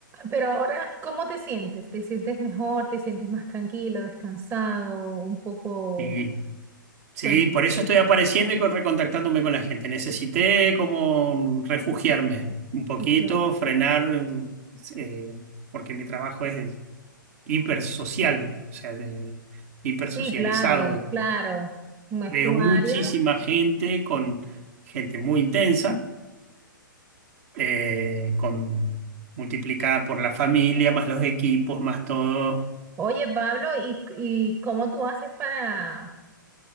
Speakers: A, on the right; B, on the right.
A: Pero ahora, ¿cómo te sientes? ¿Te sientes mejor? ¿Te sientes más tranquilo, descansado? Un poco,
B: y Sí,
A: cuéntame.
B: por eso estoy apareciendo y con- recontactándome con la gente. Necesité como refugiarme un poquito,
A: Ok.
B: frenar, eh, porque mi trabajo es hipersocial, o sea, de- hipersocializado.
A: Sí, claro, claro. No es
B: Veo
A: tu
B: muchísima
A: área.
B: gente con gente muy intensa, eh, con multiplicada por la familia, más los equipos, más todo.
A: Oye, Pablo, ¿y, y cómo tú haces para,